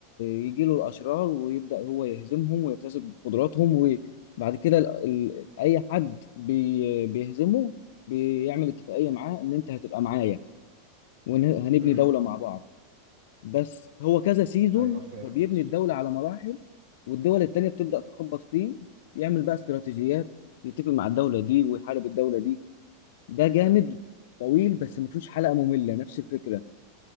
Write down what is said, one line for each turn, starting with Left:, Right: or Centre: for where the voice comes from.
Left: يجي له الاشرار ويبدا هو يهزمهم ويكتسب قدراتهم وبعد كده ال- ال- اي حد بي- بيهزمه بيعمل اتفاقيه معاه ان انت هتبقى معايا وهنبني
Right: امم
Left: دوله مع بعض بس هو كذا سيزون
Right: ايوه فهمت
Left: فبيبني الدولة على مراحل والدول التانية بتبدأ تخبط فيه يعمل بقى استراتيجيات يتفق مع الدولة دي ويحارب الدولة دي ده جامد طويل بس مفيهوش حلقة مملة نفس الفكرة